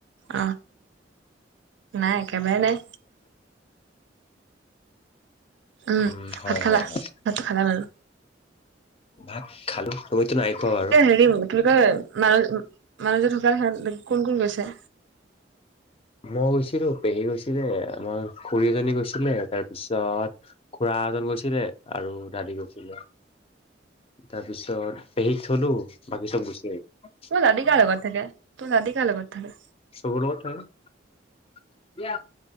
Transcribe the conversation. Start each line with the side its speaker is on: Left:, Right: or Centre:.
Right: অ নাই কামেই নাই। উম
Left: উ হয়
Right: ভাত খালা
Left: হয় হয়।
Right: ভাতটো খালা বাৰু
Left: ভাত খালো। তুমিতো নাই খোৱা বাৰু।
Right: এতিয়া হেৰি কি কয় মানুহ মানুহজী ঢুক খ কোন কোন গৈছে?
Left: মই গৈছিলো পেহী গৈছিলে মই খুৰী এজনী গৈছিলে তাৰপিছত খুৰা মাহত গৈছিলে আৰু দাদী গৈছিলে তাৰপিছত পেহীক থলো বাকী চব গুচি আহিলো।
Right: তোমাৰ দাদী কাৰ লগত থাকে তোমাৰ দাদী কাৰ লগত থাকে
Left: চহুৰত হয়।